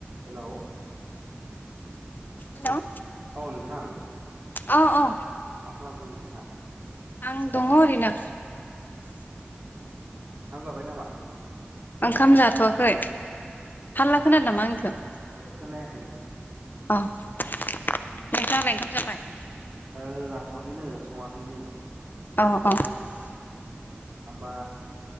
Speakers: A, on the right; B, on the left.
A: Hello
B: hello
A: औ नोंथां।
B: औ औ
A: मा खालामदों नोंथाङा?
B: आं दङ ओरैनो।
A: ओंखाम जाबाय नामा?
B: ओंखाम जाथवाखै हालला खोनादों नामा आंनिखौ?
A: ओहो खोनायाखै।
B: अ नोंथाङालाय ओंखाम जाबाय?
A: ओ जाथ'वाखैनो सङाखैनो।
B: औ औ
A: होमबा